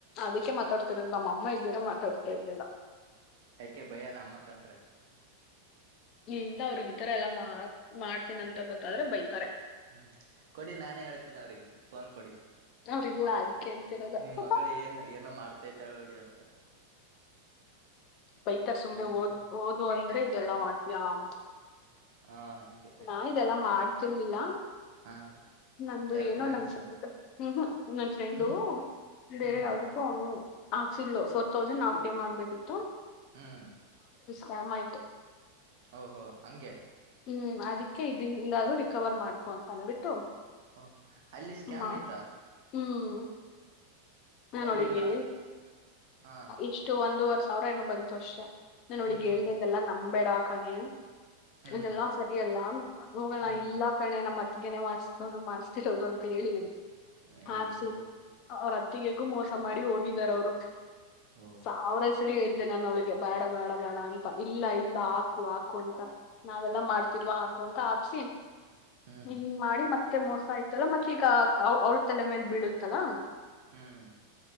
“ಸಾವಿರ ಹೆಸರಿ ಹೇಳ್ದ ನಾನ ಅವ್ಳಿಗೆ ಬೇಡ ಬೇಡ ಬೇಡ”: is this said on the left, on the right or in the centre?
Left